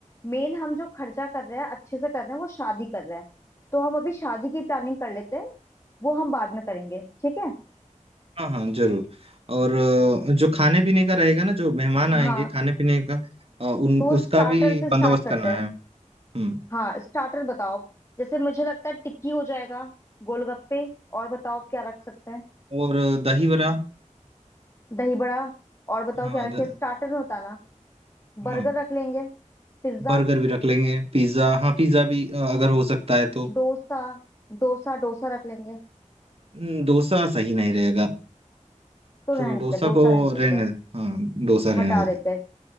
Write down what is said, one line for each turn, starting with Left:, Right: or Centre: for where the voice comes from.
Left: मेन हम जो खर्चा कर रहे हैं अच्छे से कर रहे हैं वो शादी कर रहे हैं तो हम अभी शादी की प्लानिंग कर लेते हैं वो हम बाद में करेंगे ठीक है
Right: हाँ हाँ जरूर और अ, जो खाने पीने का रहेगा ना जो मेहमान आएंगे
Left: हाँ
Right: खाने पीने का अ, उन
Left: तो स्टार्टर
Right: उसका भी
Left: से स्टार्ट
Right: बंदोबस्त
Left: करते
Right: करना
Left: हैं
Right: है हम्म
Left: हाँ स्टार्टर बताओ जैसे मुझे लगता है टिक्की हो जाएगा गोलगप्पे और बताओ आप क्या रख सकते हैं
Right: और अ, दही वड़ा
Left: दही बड़ा और बताओ
Right: हाँ
Left: क्या रखे
Right: द,
Left: स्टार्टर में होता ना बर्गर
Right: हाँ
Left: रख लेंगे पिज्जा
Right: बर्गर भी रख लेंगे पिज्जा हाँ पिज्जा भी अ, अगर हो सकता है तो
Left: डोसा डोसा डोसा रख लेंगे
Right: हम्म, डोसा सही नहीं रहेगा
Left: तो रहने
Right: तो डोसा
Left: देते हैं डोसा
Right: को
Left: रहने देते
Right: रहने
Left: हैं
Right: हाँ डोसा रहने
Left: हटा
Right: देते
Left: देते हैं